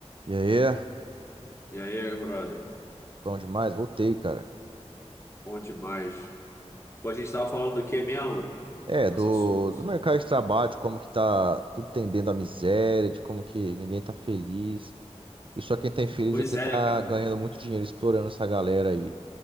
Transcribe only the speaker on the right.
E aí,
bom demais, voltei, cara.
É,
do,
do mercado de trabalho, de como que tá tudo tendendo à miséria, de como que ninguém tá feliz. E só quem tá infeliz
é quem
tá
ganhando muito dinheiro, estourando essa galera aí.